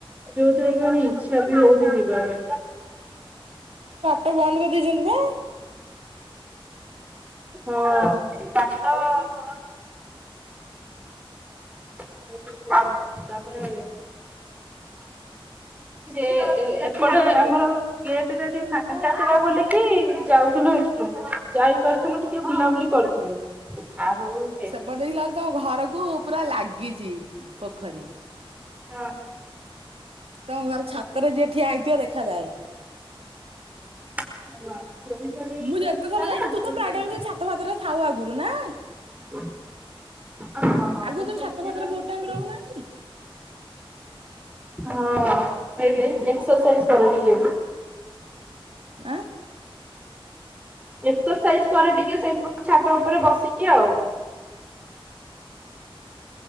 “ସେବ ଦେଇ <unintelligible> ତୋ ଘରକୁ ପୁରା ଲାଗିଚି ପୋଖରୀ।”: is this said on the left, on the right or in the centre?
Right